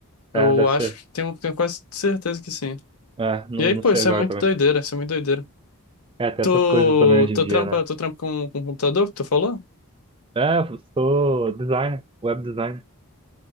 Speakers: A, on the left; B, on the right.
A: Eu
B: É, deve
A: acho
B: ser.
A: que tenho, tenho quase certeza que sim.
B: É, não,
A: E aí,
B: não
A: pô,
B: sei
A: isso
B: agora
A: é muito
B: também.
A: doideira, isso é muito doideira.
B: É, tem
A: Tu,
B: essas coisas também hoje
A: tu
B: em dia,
A: trampa,
B: né?
A: tu trampa com, com o computador que tu falou?
B: É, eu sou designer, web designer.